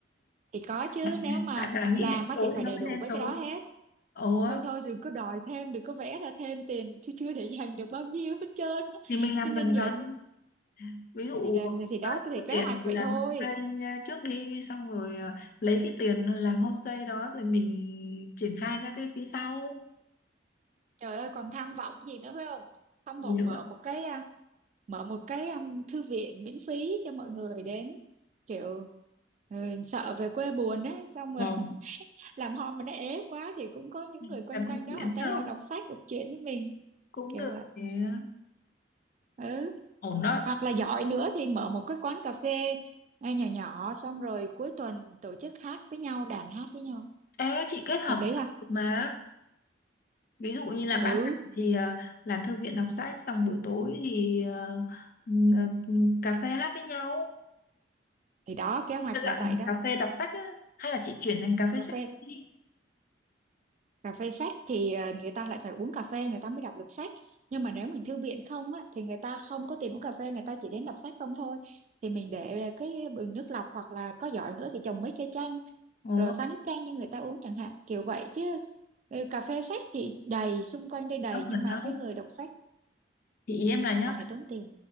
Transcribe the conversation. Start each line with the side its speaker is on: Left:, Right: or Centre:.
Right: thì có chứ
Left: <laughs>
Right: nếu mà
Left: tại bà nghĩ
Right: làm
Left: đen
Right: á
Left: tối
Right: thì
Left: thì
Right: phải
Left: nó
Right: đầy
Left: mới
Right: đủ
Left: đen
Right: với
Left: tối
Right: cái đó hết
Left: ồ
Right: thôi thôi đừng có đòi thêm đừng có vẽ ra thêm tiền chứ chưa để dành được bao nhiêu hết trơn á.
Left: thì mình làm
Right: cho nên
Left: dần
Right: giờ
Left: dần ví dụ
Right: thì là thì đó
Left: ờ,
Right: thì
Left: có
Right: kế
Left: tiền
Right: hoạch
Left: thì
Right: vậy
Left: làm
Right: thôi
Left: homestay nha, trước đi xong rồi ờ, lấy cái tiền làm homestay đó rồi mình triển khai ra cái phía sau
Right: Trời ơi còn tham vọng gì nữa phải không? Tham
Left: Gì
Right: vọng
Left: nữa
Right: mở một cái à, mở một cái um, thư viện miễn phí cho mọi người đến kiểu ừ, sợ về quê buồn ấy xong rồi
Left: Ờ.
Right: <laughs> làm home mà nó ế quá thì cũng có những
Left: mình
Right: người quanh
Left: làm theo
Right: quanh đó
Left: miễn
Right: họ tới
Left: không
Right: họ đọc sách đọc truyện với mình
Left: cũng
Right: kiểu
Left: được
Right: vậy
Left: nhé
Right: ừ
Left: ổn đó
Right: hoặc là giỏi nữa thì mở một cái quán cà phê ngay nhỏ nhỏ xong rồi cuối tuần tổ chức hát với nhau đàn hát với nhau
Left: ê chị kết hợp
Right: hợp lý
Left: theo
Right: ha
Left: được mà ví dụ như là ban
Right: ừ
Left: ngày thì ờ, làm thư viện đọc sách xong buổi tối thì ờ, ừm, ờ, cà phê hát với nhau
Right: thì đó kế hoạch
Left: Tức là
Right: là vậy đó
Left: cà phê đọc sách á, hay là chị chuyển thành cà phê
Right: cà
Left: sách
Right: phê
Left: đi
Right: cà phê sách thì ờ, người ta lại phải uống cà phê người ta mới đọc được sách nhưng mà nếu mình thư viện không á thì người ta không có tiền uống cà phê người ta chỉ đến đọc sách không thôi thì mình để cái bình nước lọc hoặc là có giỏi nữa thì trồng mấy cây chanh
Left: ồ
Right: rồi pha nước chanh cho người ta uống chẳng hạn kiểu vậy chứ ừ, cà phê sách thì đầy xung quanh đây đầy
Left: nó
Right: nhưng
Left: gần
Right: mà
Left: đâu
Right: cái người đọc sách
Left: thì ý em là nhá
Right: họ phải tốn tiền